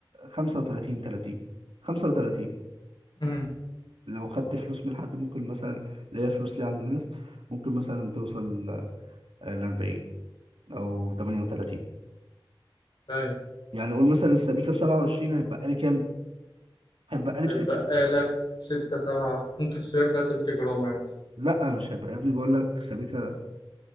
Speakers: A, on the right; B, on the left.
A: 35 30 35
B: امم
A: لو خدت فلوس من حد ممكن مثلا اللي هي فلوس لي عند ناس ممكن مثلا توصل ل 40 او 38
B: فاهم
A: يعني قول مثلا السبيكه ب 27 هيبقى لي كام هيبقى لي
B: هيتبقى
A: بسكه
B: لك ستة سبعة ممكن تشتري لك بقى سبيكة جرام عادي
A: لا مش هيبقى يا ابني بقول لك سبيكه